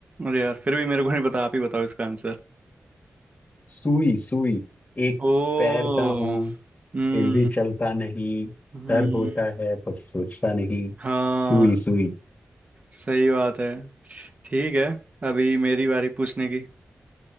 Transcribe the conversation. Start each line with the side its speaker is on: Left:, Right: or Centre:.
Right: अरे यार फिर भी मेरे को नहीं पता आप ही बताओ इसका आंसर
Left: सुई सुई एक
Right: ओ
Left: पैर का हूं
Right: हम्म
Left: फिर भी चलता नहीं
Right: हम्म
Left: सर होता है पर सोचता नहीं
Right: हाँ
Left: सुई सुई
Right: सही बात है ठीक है अभी मेरी बारी पूछने की